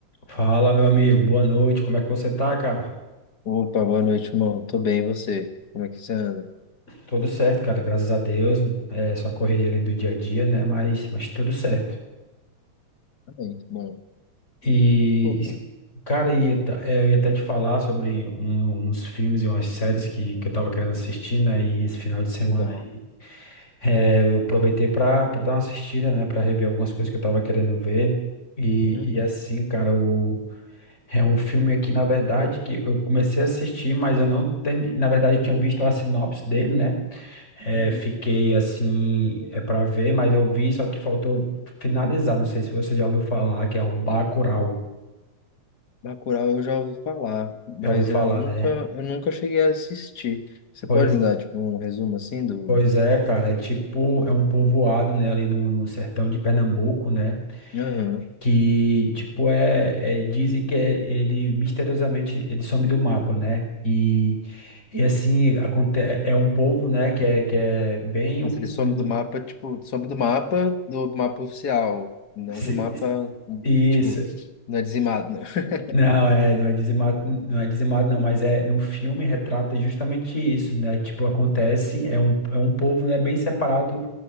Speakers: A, on the left (about 20°); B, on the left (about 45°).
A: Fala, meu amigo, boa noite. Como é que você tá, cara?
B: Opa, boa noite, irmão. Tô bem, e você? Como é que você anda?
A: Tudo certo, cara, graças a Deus. É só a correria ali do dia a dia, né? Mas, mas tudo certo.
B: Tá bem, tá bom.
A: E,
B: Pô, pô,
A: es- cara, e ta- é, eu ia até te falar sobre um- uns filmes e umas séries que, que eu tava querendo assistir, né? E esse final de semana
B: legal.
A: aí. é, eu aproveitei pra, pra dar uma assistida, né? Pra rever algumas coisas que eu tava querendo ver. E,
B: Uhum,
A: e assim, cara, o. É um filme aqui, na verdade, que eu comecei a assistir, mas eu não terminei. Na verdade, eu tinha visto a sinopse dele, né? É,
B: uhum.
A: fiquei assim, é para ver, mas eu vi, só que faltou finalizar. Não sei se você já ouviu falar, que é o Bacurau.
B: Bacurau eu já ouvi falar, mas
A: Já ouviu falar,
B: eu nunca,
A: né?
B: eu nunca cheguei a assistir. Você
A: Pois,
B: pode me dar, tipo, um resumo, assim, do...
A: pois é, cara. É tipo, é um povoado, né? Ali no, no sertão de Pernambuco, né?
B: Aham.
A: que tipo é, é- dizem que é- ele misteriosamente ele some do mapa, né? E e assim aconte é um povo, né? Que é que é bem
B: Mas
A: um,
B: ele some
A: do, do-
B: do mapa, tipo, some do mapa, do mapa oficial, não
A: se-
B: do mapa,
A: se- isso.
B: tipo, não é dizimado, não. <laughs>
A: Não, é, não é dizimado, não é dizimado, não, mas é no filme retrata justamente isso, né? Tipo, acontece, é um, é um povo, né, bem separado